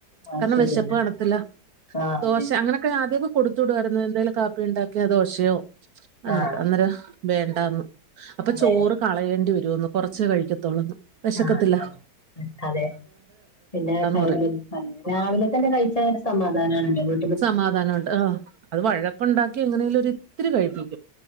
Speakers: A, on the left (about 20°); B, on the right (about 65°).
A: അത്
B: കാരണം
A: ശരിയാണ്
B: വെശപ്പ് കാണത്തില്ല
A: ആഹ്
B: ദോശ
A: അതെ
B: അങ്ങനൊക്കെ ആദ്യൊക്കെ കൊടു ചുടുവാര്ന്ന് എന്തേലും കാപ്പി ഉണ്ടാക്കയൊ ദോശയോ അങ്ങനെ
A: ആഹ്
B: അന്നേരം വേണ്ടാന്ന് അപ്പ
A: അതെ
B: ചോറ് കളയേണ്ടി വരുവെന്ന് കൊറച്ചേ കഴിക്കത്തൊള്ളെന്ന് വെഷക്കത്തില്ല
A: ആഹ് അതെ പിന്നെ ആ ടൈമില്
B: പറയും
A: രാവിലെ തന്നെ കഴിച്ച ഒരു സമാധാനണല്ലോ
B: സമാധാനുണ്ട് ആ അത് വഴക്കുണ്ടാക്കി എങ്ങനെങ്കിലും ഒരിത്തിരി കഴിപ്പിക്കും.